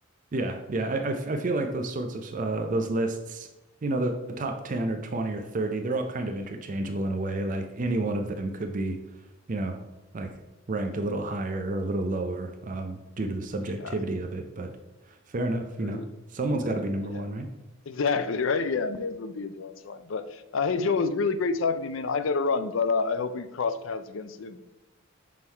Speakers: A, on the right (about 40°); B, on the left (about 65°).
A: Yeah, yeah. I, I f- I feel like those sorts of uh, those lists, you know, the, the top 10 or 20 or 30, they're all kind of interchangeable in a way. Like any one of them could be, you know, like ranked a little higher or a little lower um, due to the subjectivity
B: Yeah,
A: of it. But fair enough,
B: agreed,
A: you know, someone's
B: agreed.
A: got to be number
B: Yeah,
A: one, right?
B: exactly, right? Yeah, may as well be a Dylan song. But uh, hey, Joe, it was really great talking to you, man. I gotta run, but uh, I hope we cross paths again soon.